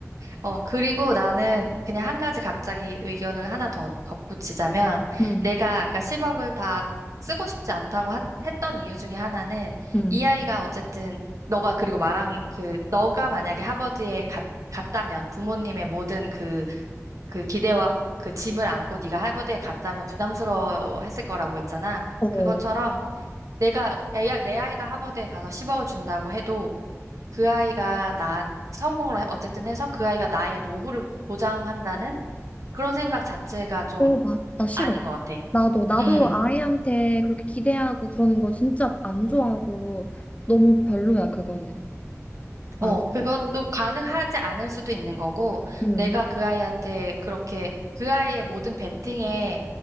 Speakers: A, on the right; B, on the left.
A: 어, 그리고 나는 그냥 한 가지 갑자기 의견을 하나 더 덧붙이자면,
B: 음,
A: 내가 아까 10억을 다 쓰고 싶지 않다고 하- 했던 이유 중에 하나는,
B: 음,
A: 이 아이가 어쨌든, 너가 그리고 말한 그, 너가 만약에 하버드에 갔, 갔다면, 부모님의 모든 그, 그 기대와 그 짐을 안고 네가 하버드에 갔다면 부담스러워 했을 거라고 했잖아.
B: 어,
A: 그것처럼, 내가 애, 내 아이가 하버드에 가서 10억을 준다고 해도 그 아이가 나 성공을 어쨌든 해서 그 아이가 나의 노후를 보장한다는 그런 생각 자체가 좀
B: 어, 맞, 나 싫어.
A: 아닌 것 같아.
B: 나도, 나도
A: 음,
B: 아이한테 그렇게 기대하고 그러는 거 진짜 안 좋아하고 너무 별로야, 그거는. 맞아.
A: 어, 그것도 가능하지 않을 수도 있는 거고,
B: 음.
A: 내가 그 아이한테 그렇게 그 아이의 모든 베팅에